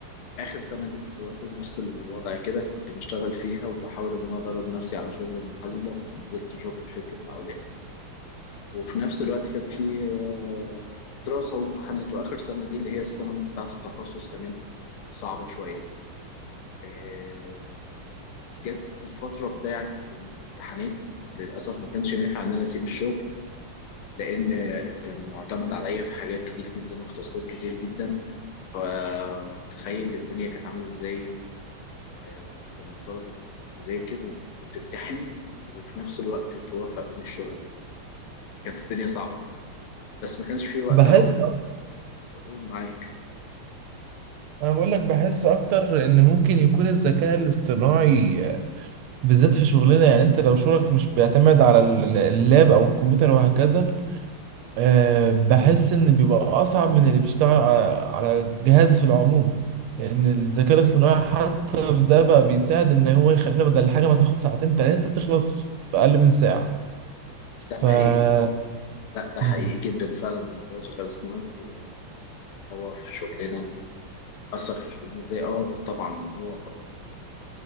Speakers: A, on the left (about 80°); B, on the right (about 80°).
A: اخر سنة دي كنت برضه نفس الوضع كده كنت بشتغل فيها وبحاول ان انا ادرب نفسي على شغل المحاسبة فنزلت شغل في شركة مقاولات وفي نفس الوقت كان في آه، دراسة وامتحانات واخر سنة دي اللي هي السنة بتاعة التخصص كمان صعبة شوية آه، جت الفترة بتاعت الامتحانات للأسف ما كانش نافع إن أنا أسيب الشغل لأن كان معتمد عليا في حاجات كتير جدا وفي تاسكات كتير جدا فتخيل الدنيا كانت عاملة إزاي آه، أنت مطالب إنك تذاكر وتمتحن وفي نفس الوقت توافق بين الشغل كانت الدنيا صعبة بس ما كانش في وقتها
B: بحس
A: وب- بقول معاك
B: انا بقول لك بحس اكتر ان ممكن يكون الذكاء الاصطناعي بالذات في شغلنا يعني انت لو شغلك مش بيعتمد على ال- اللاب او الكمبيوتر وهكذا آه، بحس ان بيبقى اصعب من اللي بيشتغل على على جهاز في العموم لان الذكاء الاصطناعي حتى في ده بقى بيساعد ان هو يخلينا بدل الحاجه ما تاخد ساعتين تلاتة تخلص في اقل من ساعه
A: ده
B: ف
A: حقيقي لا ده
B: مم.
A: حقيقي جدا فعلا موضوع الذكاء الاصطناعي في- هو في شغلنا أثر في شغلنا إزاي؟ آه طبعا هو